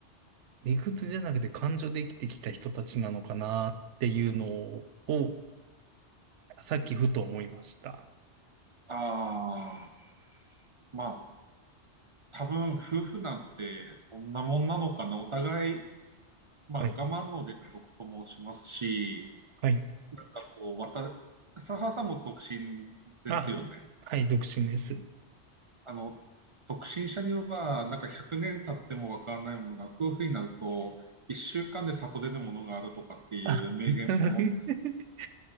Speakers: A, on the right (about 85°); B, on the right (about 50°).
A: 理屈じゃなくて感情で生きてきた人たちなのかな、っていうのを、をさっきふと思いました。
B: ああ、まあ、多分夫婦なんてそんなもんなのかな。お互い、まあ、
A: はい。
B: 我慢の連続と申しますし、
A: はい。
B: なんかこう、わた、サハさんも独身ですよね。
A: あ、はい、独身です。
B: あの、独身者には、なんか100年経ってもわからないものが、夫婦になると、1週間で悟れるものがあるとかっていう名言も、
A: あ <laughs>